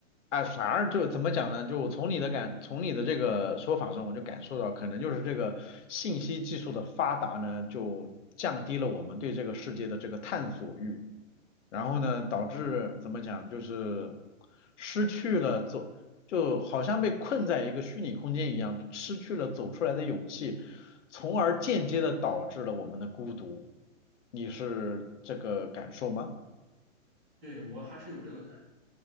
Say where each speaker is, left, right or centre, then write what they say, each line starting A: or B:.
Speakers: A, on the left (about 65°); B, on the right (about 20°).
A: 啊，反而就怎么讲呢？就我从你的感，从你的这个说法中，我就感受到，可能就是这个信息技术的发达呢，就降低了我们对这个世界的这个探索欲，然后呢，导致怎么讲，就是失去了走，就好像被困在一个虚拟空间一样，失去了走出来的勇气，从而间接的导致了我们的孤独。你是这个感受吗？
B: 对，我还是有这个感受。